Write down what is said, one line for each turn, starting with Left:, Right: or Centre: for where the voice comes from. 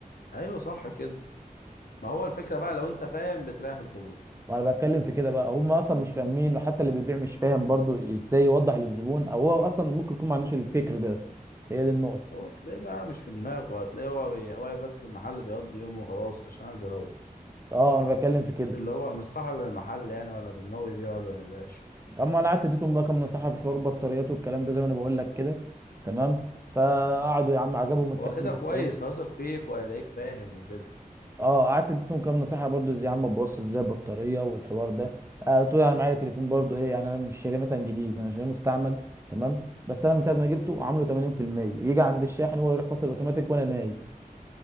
Left: ايوه صح كده ما هو الفكره بقى لو انت فاهم بتريح الزبون
Right: وانا بتكلم في كده بقى هم اصلا مش فاهمين وحتى اللي بيبيع مش فاهم برضو ازاي يوضح للزبون او هو اصلا ممكن يكون ما عندوش الفكر ده هي دي النقطه
Left: هو تلاقيه بقى مش في دماغه هتلاقيه هو بي- واقف بس في المحل بيقضي يومه وخلاص عشان عايز اروح
Right: اه انا بتكلم في كده
Left: مش اللي هو مش صاحب المحل يعني ولا في دماغه يبيع ولا ما يبيعش
Right: اما انا قعدت اديتهم بقى كام نصيحه في حوار البطاريات والكلام ده زي ما انا بقول لك كده تمام فقعدوا يا عم عجبهم الكلام
Left: هو كده
Right: بس
Left: كويس
Right: ايه
Left: هيثق فيك وهيلاقيك فاهم وكده
Right: اه قعدت اديتهم كام نصيحه برضو ازاي يا عم ببص ازاي البطاريه والحوار ده آه قلت له انا معايا تليفون برضو ايه يعني انا مش شاريه مثلا جديد انا شاريه مستعمل تمام بس انا من ساعه ما جبته عامله 80% يجي عند الشاحن هو يروح فاصل اوتوماتيك وانا نايم